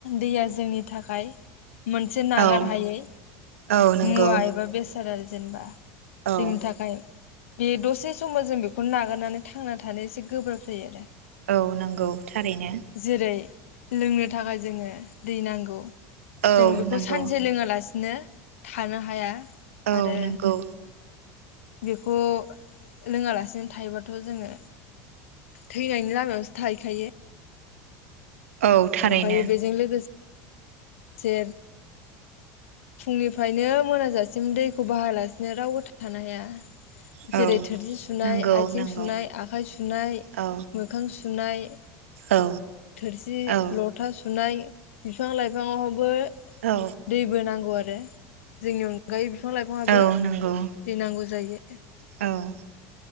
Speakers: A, on the left; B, on the right.
A: दैया जोंनि थाखाय मोनसे नागार
B: औ
A: हायै
B: औ नंगौ
A: मुवा एबा बेसादारि जेनबा
B: औ
A: जोंनि थाखाय बे दसे समाव जों बेखौनो नागारनानै थांना थानो एसे गोब्राब जायो आरो
B: औ नंगौ थारैनो
A: जेरै लोंनो थाखाय जोङो दै नांगौ
B: औ
A: जों बेखौ
B: नंगौ
A: सानसे लोङालासि नो थानो हाया।
B: औ
A: आरो
B: नंगौ
A: बेखौ लोङालासिनो थायोबाथ जोङो थैनायनि लामायाव थाहैखायो
B: औ थारैनो
A: ओमफ्राय बेजों लोगोसे से फुंनिफ्रायनो मोनाजासिम दैखौ बाहालासिनो रावबो थानो हाया।
B: औ
A: जेरै थोरसि सुनाय
B: नंगौ
A: आथिं
B: नंगौ
A: सुनाय आखाइ सुनाय
B: औ
A: मोखां सुनाय <unintelligible>
B: औ
A: थोरसि,
B: औ
A: लथा सु सुनाय बिफां लाइफा फाङाव बो
B: औ
A: दैबो नांगौ आरो जोंनि अनगा <unintelligible> बिफं लाइफङाबो
B: औ नंगौ
A: दै नांगौ जायो। <unintelligible>
B: औ